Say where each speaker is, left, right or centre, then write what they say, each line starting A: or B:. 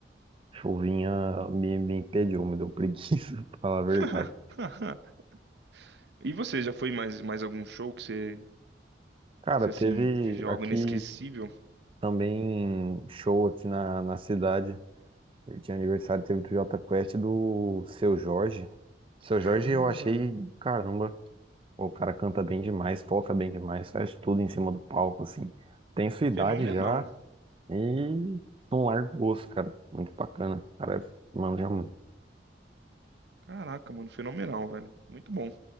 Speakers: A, on the right (about 30°); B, on the right (about 70°).
A: chuvinha me, me impediu, me deu preguiça, <laughs> pra falar a verdade.
B: <laughs> E você, já foi em mais, mais algum show que você,
A: Cara,
B: você,
A: teve
B: assim, viveu
A: aqui
B: algo inesquecível?
A: também show aqui na, na cidade. Ele tinha aniversário, teve do Jota Quest e do Seu Jorge. Seu Jorge
B: Caramba,
A: eu achei, caramba. Pô, O cara canta bem demais, toca bem demais, faz tudo em cima do palco, assim. Tem sua idade
B: fenomenal.
A: já e não larga o osso, cara. Muito bacana. O Cara, mano, já mu-
B: Caraca, mano, fenomenal, velho. Muito bom.